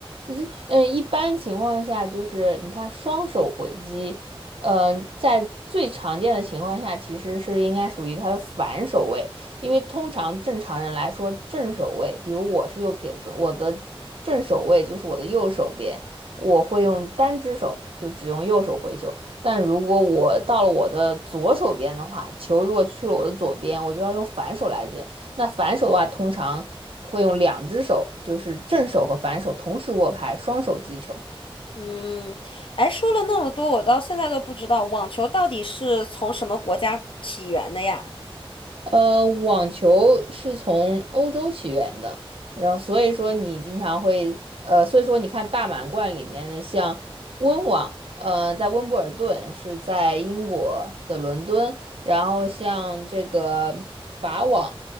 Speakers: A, on the right; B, on the left.
A: 如嗯，呃一般情况下就是你看双手回击，嗯、呃在最常见的情况下，其实是应该属于它的反手位，因为通常正常人来说，正手位，比如我是右撇子，我的正手位就是我的右手边，我会用单只手，就只用右手回球。但如果我到了我的左手边的话，球如果去了我的左边，我就要用反手来接。那反手的话，通常会用两只手，就是正手和反手同时握拍，双手击球。
B: 嗯，哎，说了那么多，我到现在都不知道网球到底是从什么国家起源的呀？
A: 呃，网球是从欧洲起源的，然后所以说你经常会，呃，所以说你看大满贯里面的像温网，呃，在温布尔顿是在英国的伦敦，然后像这个法网